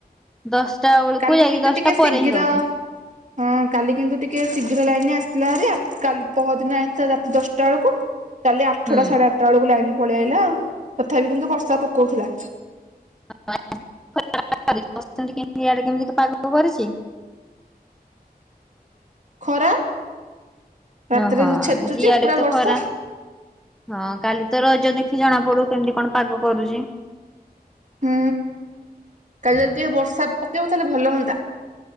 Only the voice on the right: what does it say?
କାଲି
କିନ୍ତୁ
ଟିକେ ଶୀଘ୍ର
ହଁ। କାଲି କିନ୍ତୁ ଟିକେ ଶୀଘ୍ର ଲାଇନ ଆସିଥିଲା ହେରି ପହଦିନ ଆସିଥାଥିଲା ରାତି ଦଶଟା ବେଳକୁ କାଲି ଆଠଟା
ସାଢ଼େ ଆଠଟା ବେଳକୁ ଲାଇନ୍ ପଳେଇ ଆାଇଲା ଆଉ ତଥାପି କିନ୍ତୁ ବର୍ଷା ପକଉଥିଲା।
ଖରା ରାତିରେ
ଛେଚୁଛି
ପୁରା
ବର୍ଷା
ହୁଁ କାଲି ଯଦି ଟିକେ ବର୍ଷା ପକେଇବ ତାହେଲେ ଭଲ ହୁଅନ୍ତା।